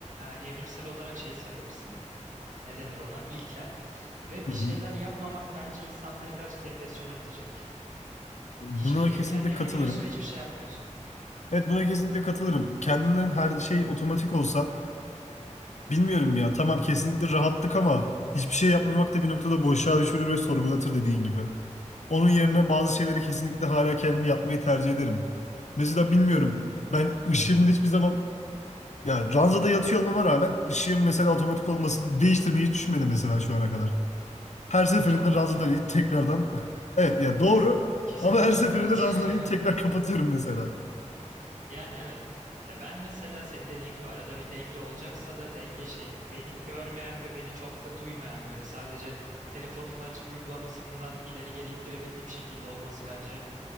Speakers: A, on the right; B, on the left.
A: evrimsel olarak şey sayılırsın. Ne denir ona? İlkel. Ve
B: Hı
A: bir
B: hı.
A: şeyler yapmamak bence insanları birazcık depresyona itecek.
B: Buna
A: Hiçbir ev
B: kesinlikle
A: kendi evine
B: katılırım.
A: geliyorsun ve hiçbir şey yapmıyorsun.
B: Evet buna kesinlikle katılırım. Kendinin
A: <clears throat>
B: her şey otomatik olsa Bilmiyorum ya. Tamam kesinlikle rahatlık ama hiçbir şey yapmamak da bir noktada boşluğa düşürür ve sorgulatır dediğin gibi.
A: Hı
B: Onun
A: hı.
B: yerine bazı şeyleri kesinlikle hala kendim yapmayı tercih ederim. Mesela bilmiyorum. Ben ışığımın hiçbir zaman ya ranzada yatıyor olmama rağmen ışığım mesela otomatik olması değiştirmeyi hiç düşünmedi mesela şu ana kadar. Her
A: Abi
B: seferinde
A: çok rahat
B: ranzadan
A: ama.
B: inip tekrardan <laughs> evet ya doğru
A: Kes, kesinlikle
B: ama her
A: çok
B: seferinde
A: rahat.
B: ranzadan inip tekrar
A: <laughs>
B: kapatıyorum mesela.
A: Yani evet. Ya ben mesela senin dediğin gibi arada bir denge olacaksa da denge şey beni görmeyen ve beni çok da duymayan böyle sadece telefonumla açıp uygulamasından ileri geri ittirebildiğim şekilde olması bence